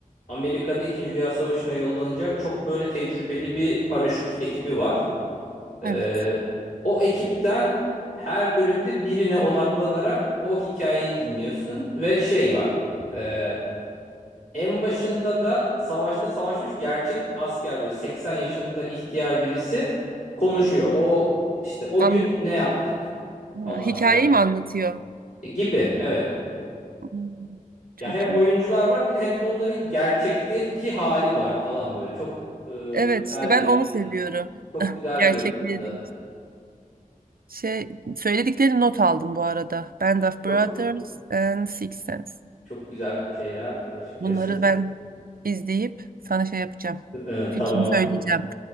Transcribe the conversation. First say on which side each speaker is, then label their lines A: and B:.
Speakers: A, on the left; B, on the right.
A: Amerika'da 2. Dünya Savaşı'na yollanacak çok böyle tecrübeli bir paraşüt ekibi var. Ee,
B: evet.
A: o ekipten her bölümde birine odaklanarak o hikayeyi dinliyorsun ve şey var. Ee, en başında da savaşta savaşmış gerçek bir asker böyle 80 yaşında ihtiyar birisi konuşuyor. O işte o
B: An
A: gün ne yaptık
B: Ha,
A: falan
B: hikayeyi
A: filan
B: mi anlatıyor?
A: E, gibi evet.
B: Hmm, çok
A: Ya hem oyuncular
B: iyi.
A: var bir de hem de onları gerçekteki hali var falan böyle. Çok e,
B: Evet
A: güzel
B: işte ben
A: bir yapımdı.
B: onu seviyorum.
A: Çok güzel
B: Gerçekliği
A: bir yapımdı.
B: de geçti. Şey söyledikleri not aldım bu arada. Band of
A: Çok
B: Brothers
A: güzel
B: and Six Sense.
A: Çok güzel şeyler açıkçası.
B: Bunları ben izleyip sana şey yapacağım.
A: Ee,
B: Fikrimi
A: tamam.
B: söyleyeceğim.